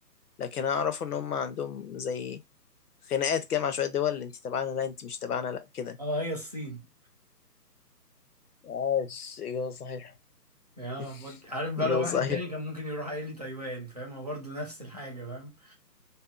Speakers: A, on the left; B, on the right.
A: لكن انا اعرف ان هم عندهم زي خناقات كده مع شويه دول انت تبعنا لا انت مش تبعنا لا كده
B: اه هي الصين
A: عاش إجابة صحيحة
B: يا
A: <laughs>
B: مج- عارف بقى
A: ايوه
B: لو واحد
A: صحيح
B: تاني كان ممكن يروح قايل لي تايوان فاهم هو برضه نفس الحاجة فاهم